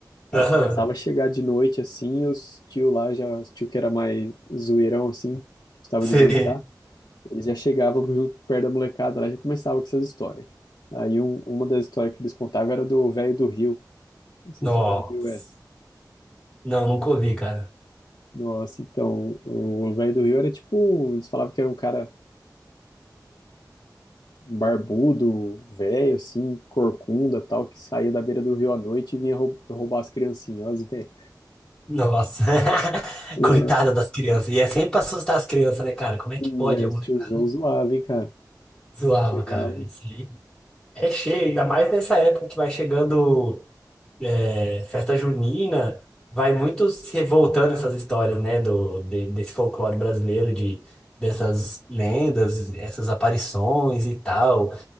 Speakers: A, on the left; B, on the left.
A: Aí
B: Aham.
A: começava a chegar de noite assim, os tio lá já, os tio que era mais zoeirão assim, gostava
B: Sim.
A: de brincar, eles já chegavam junto perto da molecada lá, já começava com essas histórias. Aí um- uma das histórias que eles contavam era do velho do Rio. Não sei
B: Nossa.
A: se você já ouviu essa.
B: Não, nunca ouvi, cara.
A: Nossa, então, o o velho do Rio era tipo, eles falavam que era um cara barbudo, velho assim, corcunda, tal, que saía da beira do rio à noite e vinha rou- roubar as criancinhas, ó, as ideias.
B: Nossa. <laughs>
A: É,
B: Coitada das crianças. E é sempre pra assustar as crianças, né, cara? Como é que
A: assim,
B: pode?
A: velho,
B: É molecada.
A: os tiozão zoava, hein, cara.
B: Zoava,
A: Aí chegava
B: cara. Isso aí É cheio, ainda mais nessa época que vai chegando. é, festa junina, vai muito se revoltando essas histórias, né, do, de- desse folclore brasileiro, de, dessas lendas, essas aparições e tal,